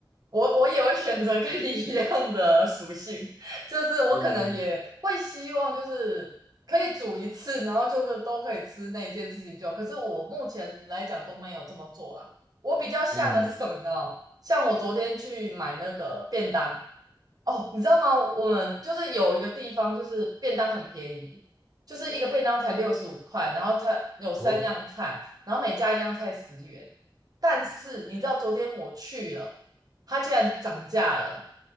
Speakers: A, on the right (about 50°); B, in the centre.
A: 我我也会选择跟你一样的属性，就是我可能也会希望就是可以煮一次，
B: 嗯
A: 然后就个都可以吃那一件事情就好可是我目前来讲都没有这么做啦。我比较像的是什么呢？
B: 嗯
A: 像我昨天去买那个便当。哦，你知道吗？我们就是有一个地方，就是便当很便宜，就是一个便当才六十五块，然后它有三样菜，
B: 哦
A: 然后每加一样菜十元。但是你知道昨天我去了，它竟然涨价了，